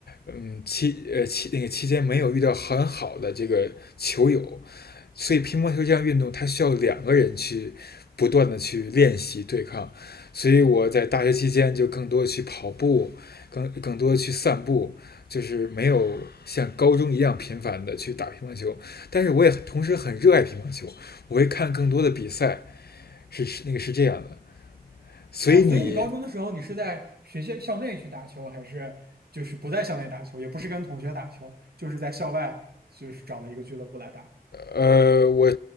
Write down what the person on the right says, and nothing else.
哦，所以你高中的时候你是在学校校内去打球，还是就是不在校内打球，也不是跟同学打球，就是在校外就是找了一个俱乐部来打，